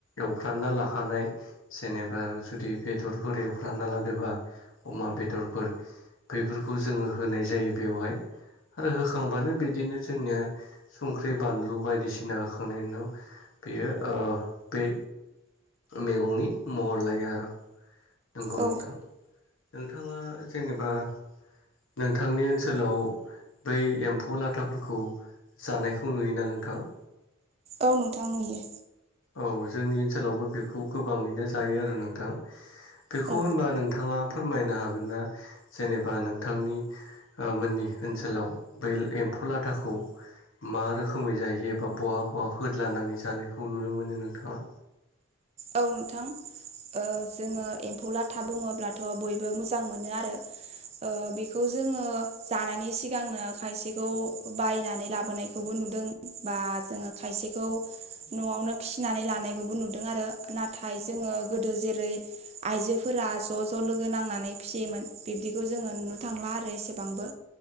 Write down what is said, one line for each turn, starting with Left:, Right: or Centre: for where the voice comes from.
Left: एवफ्रामना लाखानाय जेनेबा जुदि बेदरफोर एवफ्रामना लादोबा, अमा बेदरफोर बेफोरखौ जोङो होनाय जायो बेवहाय। आरो होखांबानो बिदिनो जोंनिया संख्रि- बानलु बायदिसिना होखांनायनि उनाव बेयो ओ बै मैगंनि महर लायो आरो। नंगौ
Right: औ
Left: नोंथां। नोंथाङा जेनेबा नोंथांनि ओनसोलाव बै एम्फौ लाथाफोरखौ जानायखौ नुयोना नोंथां?
Right: औ, नोंथां नुयो।
Left: औ, जोंनि ओनसोलावबो बेखौ गोबाङैनो जायो आरो नोंथां। बेखौ
Right: औ
Left: होनबा नोंथाङा फोरमायनो हागोन ना? जेनेबा नों -थांनि मोननि ओनसोलाव बै एम्फौ लाथाखौ मा रोखोमै जायो एबा बहा - बहा होदलानानै जानायखौ नुनो मोनो? नोंथाङा
Right: औ, नोंथां। ओ जोङो एम्फौ लाथा बुङोब्लाथ' बयबो मोजां मोनो आरो। ओ बेखौ जोङो जानायनि सिगांनो खायसेखौ बायनानै लाबोनायखौबो नुदों। बा जोङो खायसेखौ न'आवनो फिसिनानै लानायखौबो नुदों आरो। नाथाय जोङो गोदो जेरै आइजोफोरा ज' ज' लोगो नांनानै फिसियोमोन। बिब्दिखौ जोङो नुनो थांला आरो एसेबांबो।